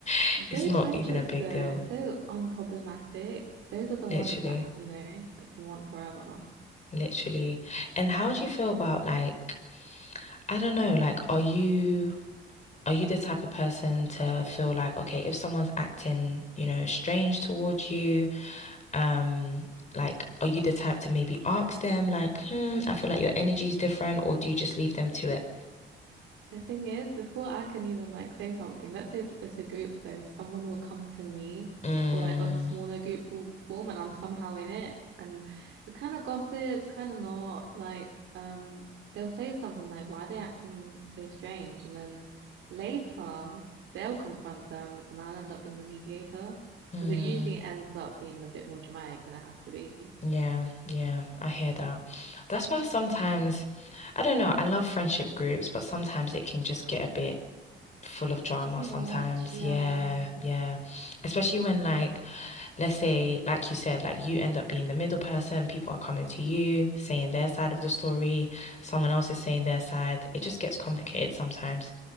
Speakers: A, on the left; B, on the right.
A: <laughs>
B: Those
A: it's not
B: friendships,
A: even a big
B: though,
A: deal,
B: so unproblematic. Those are the
A: literally.
B: ones that, you know, like you want forever.
A: Literally. And how do you feel about like, I don't know, like are you are you the type of person to feel like, okay, if someone's acting, you know, strange towards you, um, like are you the type to maybe ask them like, hmm, I feel like your energy's different, or do you just leave them to it?
B: The thing is, before I can even like say something, let's say it's a group though, someone will come to me
A: Mm,
B: or like a smaller group will form and I'm somehow in it. And it's kind of gossips, kind of not like um they'll say something like, Why are they acting so strange? And then later they'll confront them and I'll end up being the mediator.
A: mm,
B: Because it usually ends up being a bit more dramatic than it has to be.
A: yeah, yeah, I hear that. That's why sometimes, I don't know, I love friendship groups, but sometimes it can just get a bit full of drama
B: Too
A: sometimes.
B: much, yeah.
A: Yeah, yeah. Especially when like let's say like you said like you end up being the middle person, people are coming to you saying their side of the story, someone else is saying their side. It just gets complicated sometimes.